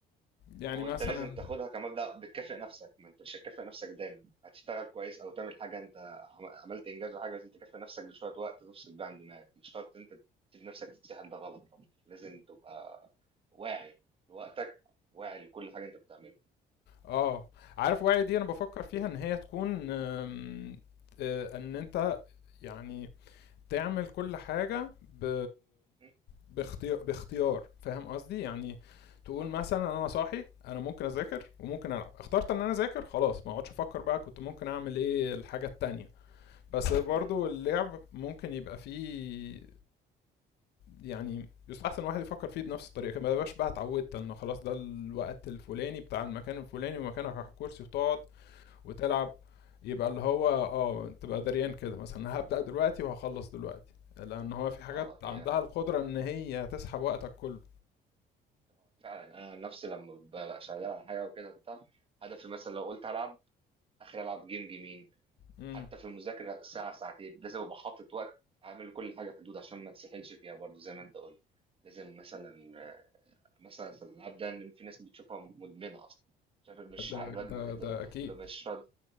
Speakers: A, on the left; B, on the right.
A: يعني
B: هو
A: مثلا
B: انت لازم تاخدها كمبدأ بتكافئ نفسك ما انت مش هتكافئ نفسك دايما هتشتغل كويس او تعمل حاجه انت عم- عملت انجاز وحاجه لازم تكافئ نفسك بشويه وقت تفصل بيها عن دماغك مش شرط انت تسيب نفسك تتسحل ده غلط طبعا لازم تبقى واعي لوقتك واعي لكل حاجه انت بتعملها
A: اه عارف وعي دي انا بفكر فيها ان هي تكون آم، آه، ان انت يعني تعمل كل حاجة ب...
B: مم.
A: باختيار باختيار فاهم قصدي يعني تقول
B: فاهم
A: مثلا انا صاحي انا ممكن اذاكر وممكن العب اخترت ان انا اذاكر خلاص ما اقعدش افكر بقى كنت ممكن اعمل ايه الحاجة التانية بس برضو
B: مم.
A: اللعب ممكن يبقى فيه يعني يستحسن الواحد يفكر فيه بنفس الطريقه كده ما يبقاش بقى اتعودت ان خلاص ده الوقت الفلاني بتاع المكان الفلاني ومكانك على الكرسي وتقعد وتلعب يبقى اللي هو اه تبقى دريان كده مثلا هبدأ دلوقتي وهخلص دلوقتي لان هو في حاجات
B: اه هي
A: عندها القدره ان هي تسحب وقتك كله
B: آه، فعلا انا عن نفسي لما ببقى شغال على حاجه وكده بتاع هدفي مثلا لو قلت هلعب اخر العب جيم جيمين
A: امم
B: حتى في المذاكره ساعه ساعتين لازم ابقى حاطط وقت اعمل كل حاجه حدود عشان ما تسحلش فيها برضه زي ما انت قلت لازم مثلا آه، مثلا في الالعاب ده إن في ناس بتشوفها مدمنه اصلا شايف مش
A: ده
B: ع- الواد
A: ده ده
B: الطفل
A: اكيد
B: مش راضي